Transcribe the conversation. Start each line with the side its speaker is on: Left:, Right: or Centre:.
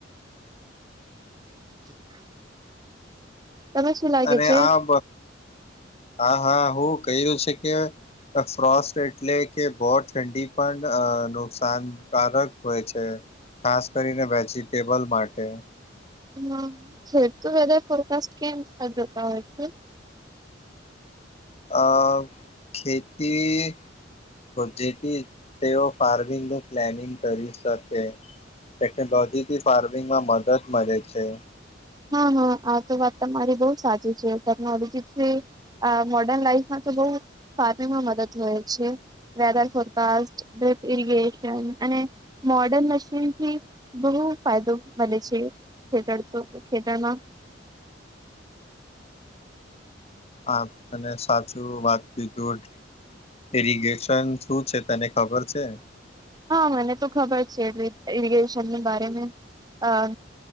Right: <inaudible> તમે શું લાગે
Left: અને
Right: છે
Left: હા હા હા હું ક્યું છે કે ફ્રોસ એટલે કે બહુ ઠંડી પણ નુકસાનકારક હોય છે. ખાસ કરીને વેજીટેબલ માટે
Right: હમ્ વેધર ફોરકાસ્ટ કેમ જતા હોય છે.
Left: અ ખેતી જે તે ફાર્મિંગ નું પ્લાનિંગ કરી શકે. ટેકનોલોજીથી ફાર્મિંગમાં મદદ મળે છે.
Right: હા હા આ તો વાત તમારી બહુ સાચી છે ટેકનોલોજી છે. આ મોર્ડર્ન લાઈફમાં તો બહ ફાર્મિંગ મદદ હોય છે. વેધર ફોરકાસ્ટ સેફ ઈલગેશન અને મોર્ડન મશીનથી બહુ ફાયદો મળે છે ખેડૂતો ને ખેતમાં
Left: આ તને સાચું વાત કીધુ ઇરીગેશન શું છે તને ખબર છે
Right: હા મને તો ખબર છે એરીગેશન બારે મા હા.